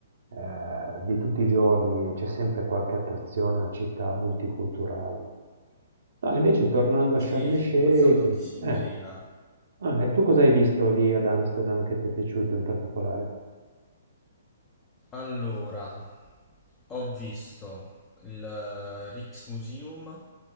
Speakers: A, on the right (about 75°); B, on the left (about 15°).
A: ehm, di tutti i giorni, c'è sempre qualche attrazione, è una città multiculturale. No, invece tornando a
B: Sì,
A: Sharm el-Sheikh,
B: sì, sì, ma stanno tantissimi musei
A: eh.
B: là.
A: Ah, e tu cosa hai visto lì ad Amsterdam che ti è piaciuto in particolare?
B: Allora, ho visto il eh, Rijksmuseum,